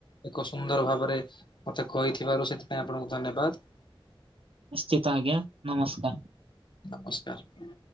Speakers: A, on the left; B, on the right.
A: ଏକ ସୁନ୍ଦର ଭାବରେ ମତେ କହିଥିବାରୁ ସେ ପାଇଁ ଆପଣଙ୍କୁ ଧନ୍ୟବାଦ।
B: ନିଶ୍ଚିତ ଆଜ୍ଞା ନମସ୍କାର।
A: ନମସ୍କାର।